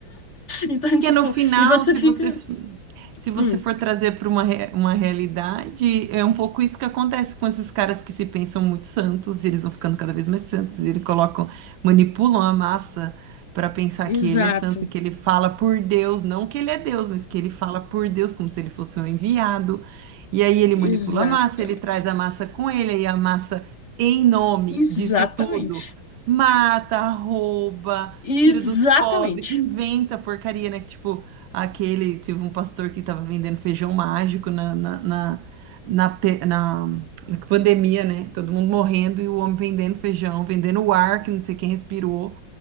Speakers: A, on the left (about 40°); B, on the right (about 80°).
A: Então,
B: Porque
A: tipo,
B: no final,
A: e você
B: se
A: fica.
B: você se você
A: Hum,
B: for trazer para uma, re- uma realidade, é um pouco isso que acontece com esses caras que se pensam muito santos, e eles vão ficando cada vez mais santos, e eles colocam, manipulam a massa para pensar
A: exato,
B: que ele é santo, que ele fala por Deus, não que ele é Deus, mas que ele fala por Deus como se ele fosse um enviado. E aí ele
A: exatamente.
B: manipula a massa, ele traz a massa com ele, e a massa, em nome
A: Exatamente.
B: disso tudo, mata, rouba
A: Exatamente.
B: tira dos pobres, inventa porcaria, né? Que, Tipo, aquele, teve um pastor que tava vendendo feijão mágico na, na, na, na, pe- na- na pandemia, né? Todo mundo morrendo e o homem vendendo feijão, vendendo o ar que não sei quem respirou.